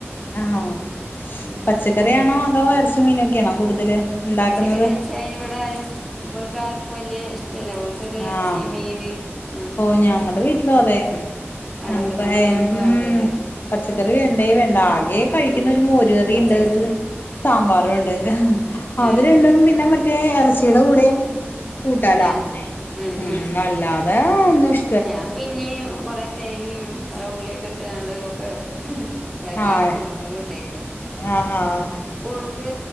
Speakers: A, on the left; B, in the centre.
A: ആഹ്
B: ഉം
A: പച്ചക്കറിയണോ അതോ ഇറച്ചി, മീനൊക്കെയാണോ കൂടുതല്? ഉണ്ടാക്കുന്നത്
B: പച്ചക്കറി വെച്ചാ അനി ഇവിടെ ആരു നമ്മൾക്കാർക്കും വലിയ ഇഷ്ടമില്ല പോലും. ഇവർകെക്കെ ഇറച്ചി,
A: ആഹ്
B: മീന് ഉം
A: ഓ ഞങ്ങളടെ വീട്ടിലും അതെ
B: അതൊക്കെ
A: ഞങ്ങൾക്കാ
B: തന്നെ ഓൽക്ക്
A: ഉം
B: വേണ്ടത്
A: പച്ചക്കറി വേണ്ട വേണ്ടാ ആകെ കഴിക്കുന്ന
B: ഉം
A: ഒരു മോരുകറിയുണ്ട്
B: പച്ചക്ക
A: സാമ്പാറും ഉണ്ട്. അത്
B: ഏഹ്
A: രണ്ടും പിന്നെ മറ്റേ ഇറച്ചിയുടെ കൂടെയും കൂട്ടാ ലോ?
B: ആഹ് ഉം
A: ഉംഅല്ലാതെ
B: ഉം
A: ഒന്നും ഇ
B: ഞാൻ പിന്നെ കൊറെ തേങ്ങയും കൊറെ ഉള്ളിയക്കെ ഇട്ടണ്ട് ഒക്കെ <unintelligible> ഇതാക്കിണ്ട്
A: ആഹ്
B: കൊടുക്കും കുട്ടികൾക്ക്
A: ആഹ് ആഹ്
B: ഓൾക്ക്